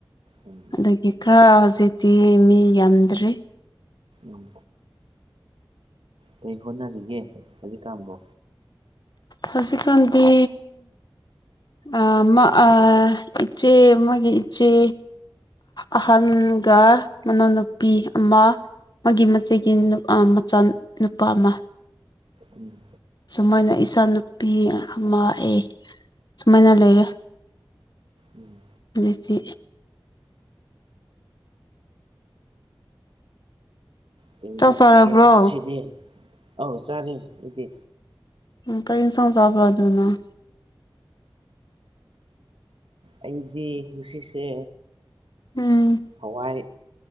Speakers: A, on the right; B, on the left.
A: ꯎꯝ
B: ꯑꯗꯨꯒꯤ ꯈꯔ ꯍꯧꯖꯤꯛꯇꯤ ꯃꯤ ꯌꯥꯝꯗ꯭ꯔꯤ
A: ꯎꯝ ꯀꯩ ꯍꯣꯠꯅꯔꯤꯒꯦ ꯍꯧꯖꯤꯛ ꯀꯥꯟꯕꯣ
B: ꯍꯧꯖꯤꯛꯀꯥꯟꯗꯤ ꯑꯥ ꯃ ꯑꯥ ꯏꯆꯦ ꯑꯃꯒꯤ ꯏꯆꯦ ꯑꯍꯟꯒ ꯃꯅꯥꯎꯅꯨꯄꯤ ꯑꯃ ꯃꯥꯒꯤ ꯃꯆꯦꯒꯤ ꯅꯨ ꯑꯥ ꯃꯆꯥ ꯅꯨꯄꯥ ꯑꯃ
A: ꯎꯝ
B: ꯁꯨꯃꯥꯏꯅ ꯑꯩ ꯏꯆꯥ ꯅꯨꯨꯄꯤ ꯑꯃ ꯑꯦ ꯁꯨꯃꯥꯏꯅ ꯂꯩꯔꯦ
A: ꯎꯝ
B: ꯍꯧꯖꯤꯛꯇꯤ
A: ꯀꯩ ꯏꯟꯖꯥꯡ
B: ꯆꯥꯛ ꯆꯥꯔꯕ꯭ꯔꯣ
A: ꯆꯥꯒꯦ ꯉꯁꯤꯗꯤ ꯑꯥꯎ ꯆꯥꯔꯦ ꯅꯣꯏꯗꯤ
B: ꯑ ꯀꯔꯤ ꯏꯟꯁꯥꯡ ꯆꯥꯕ꯭ꯔꯥ ꯑꯗꯨ ꯅꯪ
A: ꯑꯩꯗꯤ ꯉꯥꯁꯤꯁꯦ
B: ꯎꯝ
A: ꯍꯋꯥꯏ